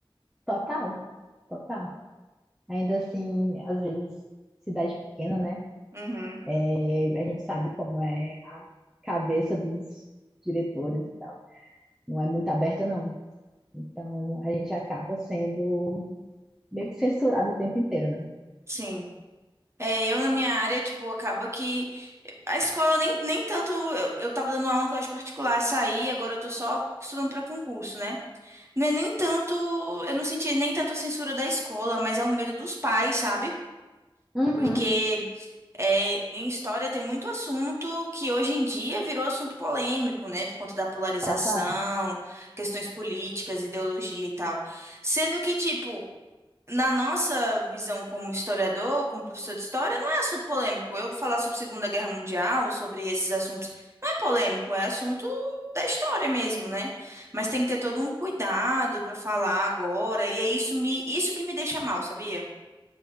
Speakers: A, in the centre; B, on the right.
A: Total, total. Ainda assim, às vezes, cidade pequena, né?
B: Uhum.
A: É, a gente sabe como é a cabeça dos diretores e tal. Não é muito aberta, não. Então, a gente acaba sendo meio que censurado o tempo inteiro, né?
B: Sim. É, eu na minha área, tipo, acaba que a escola nem, nem tanto. Eu, eu tava dando aula em colégio particular, saí, agora eu tô só estudando pra concurso, né? Não é nem tanto. Eu não senti nem tanto a censura da escola, mas é um medo dos pais, sabe?
A: Uhum,
B: Porque é, em história tem muito assunto que hoje em dia virou assunto polêmico, né? Por conta da polarização,
A: total.
B: questões políticas, ideologia e tal. Sendo que, tipo, na nossa visão como historiador, como professor de história, não é assunto polêmico. Eu falar sobre Segunda Guerra Mundial, sobre esses assuntos, não é polêmico, é assunto da história mesmo, né? Mas tem que ter todo um cuidado para falar agora, e é isso me, isso que me deixa mal, sabia?